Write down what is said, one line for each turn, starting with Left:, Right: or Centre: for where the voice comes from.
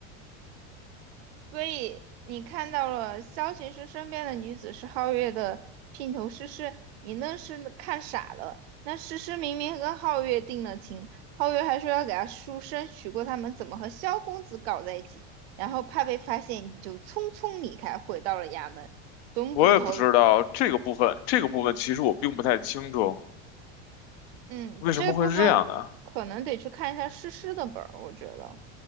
Right: 所以你看到了萧琴师身边的女子是皓月的姘头诗诗，你那是看傻了。那诗诗明明跟皓月定了情，皓月还说要给她赎身，娶过他们怎么和萧公子搞在一起，然后怕被发现，你就匆匆离开，回到了衙门。总捕头，
Left: 我也不知道这个部分，这个部分其实我并不太清楚，
Right: 嗯，
Left: 为什么会是这样的啊，
Right: 这部分可能得去看一下诗诗的本儿，我觉得。